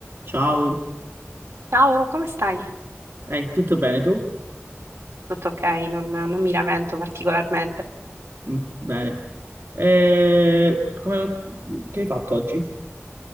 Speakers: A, on the right; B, on the right.
A: Ciao,
B: Ciao, come stai?
A: eh, tutto bene tu?
B: Tutto ok, non, non mi lamento particolarmente.
A: Mm, bene. Eh, come- che hai fatto oggi?